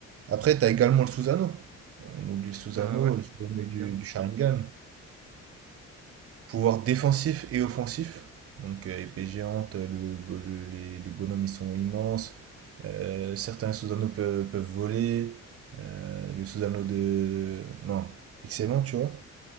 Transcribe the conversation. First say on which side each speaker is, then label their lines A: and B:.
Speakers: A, on the right; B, on the right.
A: Après, t'as également le sous-anneau. On oublie le sous-anneau,
B: Ah ouais,
A: le sous-anneau
B: évidemment.
A: du, du Sharingan. Pouvoir défensif et offensif. Donc, euh, épée géante, le- le- les, les bonhommes ils sont immenses. Euh, certains sous-anneaux peuvent, peuvent voler. Euh, le sous-anneau de. Non, excellent, tu vois.